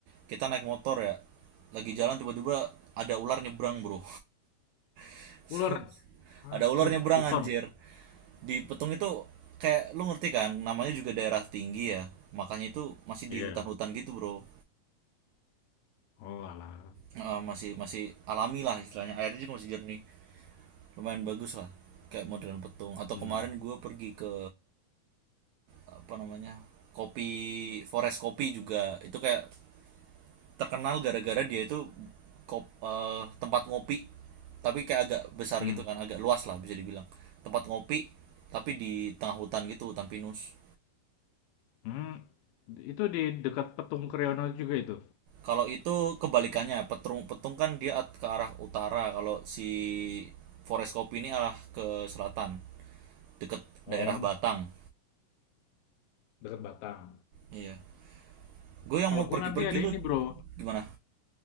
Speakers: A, on the right (about 80°); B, on the left (about 80°).
A: kita naik motor ya lagi jalan tiba-tiba ada ular nyebrang bro <laughs> Serem.
B: ular.
A: ada
B: Anjir,
A: ular nyebrang
B: piton.
A: anjir di Petung itu kayak lu ngerti kan namanya juga daerah tinggi ya makanya itu masih
B: Iya.
A: di hutan-hutan gitu bro
B: Oh alah.
A: Eh, masih masih alami lah istilahnya airnya juga masih jernih lumayan bagus lah kayak modern petung atau
B: Hmm.
A: kemarin gue pergi ke apa namanya kopi forest kopi juga itu kayak terkenal gara-gara dia itu kop, eh, tempat ngopi tapi kayak agak besar
B: Hmm.
A: gitu kan agak luas lah bisa dibilang tempat ngopi tapi di tengah hutan gitu hutan pinus
B: Hmm. Itu di dekat Petung Kriono juga itu.
A: kalau itu kebalikannya petung petung kan dia ke arah utara kalau si forest kopi ini arah ke selatan deket daerah
B: Oh,
A: Batang
B: dekat Batang.
A: iya Gue yang
B: Kalau
A: mau pergi-pergi
B: gue nanti ada
A: lu
B: ini bro,
A: gimana?